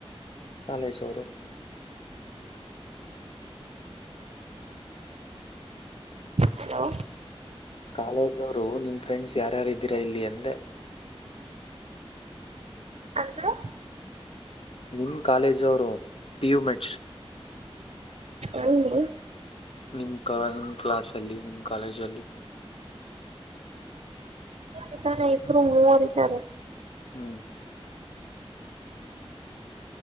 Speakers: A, on the left; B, on the right.
A: ಕಾಲೇಜ ಅವರು
B: ಹಲೋ
A: ಕಾಲೇಜ ಅವರು ನಿಮ್ ಫ್ರೆಂಡ್ಸ್ ಯಾರ್ಯಾರು ಇದ್ದೀರಾ ಇಲ್ಲಿ ಅಂದೆ
B: ಅಂದ್ರೆ
A: ನಿಮ್ ಕಾಲೇಜ್ ಅವರು ಪಿ ಯು ಮೆಚ್ಚ್
B: ಎಲ್ರಿ
A: ನಿಮ್ ಕ ನಿಮ್ ಕ್ಲಾಸ್ ಅಲ್ಲಿ ನಿಮ ಕಾಲೇಜಲ್ಲಿ
B: ಇದ್ದಾರೆ ಇಬ್ಬರು ಮೂವರು ಇದ್ದಾರೆ
A: ಹ್ಮ್